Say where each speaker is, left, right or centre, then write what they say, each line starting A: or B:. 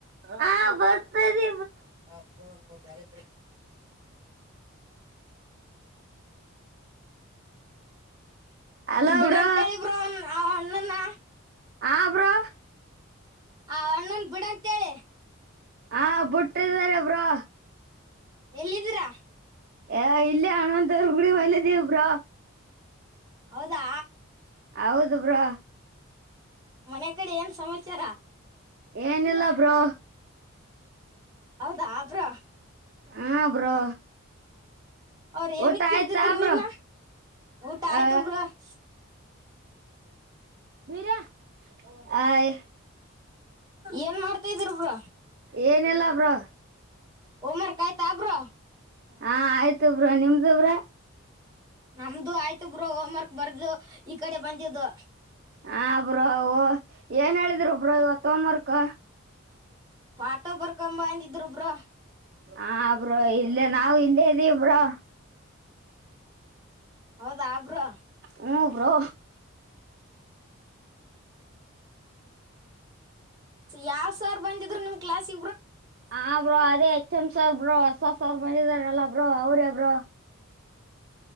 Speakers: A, on the right; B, on the right.
A: ಹಾ ಬರ್ತರಿ
B: ಹಾ <inaudible>
A: ಅಲೋ
B: ಬಿಡಂತೇಳಿ
A: <inaudible> ಬ್ರೋ
B: ಬ್ರೋ ಆ ಅಣ್ಣನ
A: ಹ ಬ್ರೋ
B: ಆ ಅಣ್ಣೊಂದ್ ಬಿಡಂತ ಕತ್ತಳ <unintelligible>
A: ಹಾ ಬುಟ್ಟಿದರೆ ಬ್ರೋ
B: ಎಲ್ಲಿದ್ದೀರಾ <inaudible>
A: ಎ ಇಲ್ಲೇ ಅನಂತವ್ರ ಗುಡಿ ಬಲ್ಲೆ ಇದೀವ ಬ್ರ
B: ಹೌದಾ
A: ಹೌದು ಬ್ರೋ
B: ಮನೆ ಕಡೆ ಏನ್ ಸಮಾಚಾರ
A: ಏನಿಲ್ಲ ಬ್ರೋ
B: ಹೌದಾ ಬ್ರೋ
A: ಹಾ ಬ್ರೋ
B: ಅವ್ರ ಏನುಕ್
A: ಊಟ
B: ಇಡೀದಿದ್ರು
A: ಆಯ್ತಾ ಬ್ರೋ
B: ನಿನ್ನ ಊಟ ಆಯ್ತ
A: ಆ
B: ಬ್ರೋ <inaudible>
A: ಬಿರ್ಯಾ ಹಯ್
B: ಏನ್ ಮಾಡತ್ತೆ ಇದಿರಿ ಬ್ರೋ
A: ಏನಿಲ್ಲ ಬ್ರೋ
B: ಹೋಮ್ ವರ್ಕ್ ಆಯಿತಾ ಬ್ರೋ
A: ಹಾ ಆಯಿತು ಬ್ರೋ ನಿಮ್ದು ಬ್ರೋ
B: ನಮ್ದು ಆಯ್ತು ಬ್ರೋ ಹೋಮ್ ವರ್ಕ್ ಬರ್ದು ಈ ಕಡೆ ಬಂದಿದ್ದು
A: ಹ ಬ್ರೋ ಏನ್ ಹೇಳಿ- ಇದ್ರೊಬ್ರೋ ಇವತ್ತು ಹೋಮ್ ವರ್ಕ್
B: ಪಾಠ ಬರ್ಕಮ್ ಬಾ ಅನ್ನಿ ಇದ್ರು ಬ್ರೋ
A: ಹ ಬ್ರೋ ಇಲ್ಲೇ ನಾವ ಇಲ್ಲೇ ಇದ್ದೀವಿ ಬ್ರೋ
B: ಹೌದ ಬ್ರೋ
A: ಹ್ಮ ಬ್ರೋ
B: ಯಾವ್ ಸಾರ್ ಬಂದಿದ್ರು ನಿಮ್ ಕ್ಲಾಸ್-
A: ಹ ಬ್ರೋ ಅದೇ ಎಚ್ ಎಂ ಸರ್ ಬ್ರೋ ಹೊಸ ಸರ್ ಬಂದಿದಾರಲ್ಲ ಬ್ರೋ ಅವ್ರೆ ಬ್ರೋ